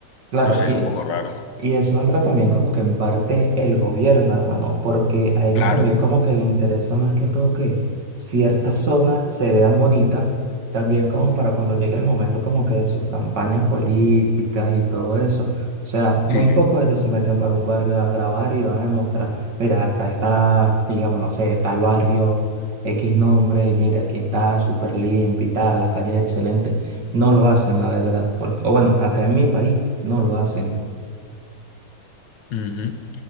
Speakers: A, on the right; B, on the left.
A: claro.
B: No sé,
A: Y
B: es un poco raro.
A: Y eso entra también como que en parte el gobierno, hermano, porque a ellos
B: Claro,
A: también como que les interesa más que todo que ciertas zonas se vean bonitas, también como para cuando llegue el momento como que de sus campañas políticas y todo eso. O sea, muy
B: sí, sí.
A: pocos ellos se meten para un barrio a grabar y van a mostrar mira, acá está, digamos, no sé, tal barrio, X nombre, y mira, aquí está súper limpio y tal, las calles excelentes. No lo hacen, la verdad, porque, o bueno, acá en mi país no lo hacen.
B: Ujú.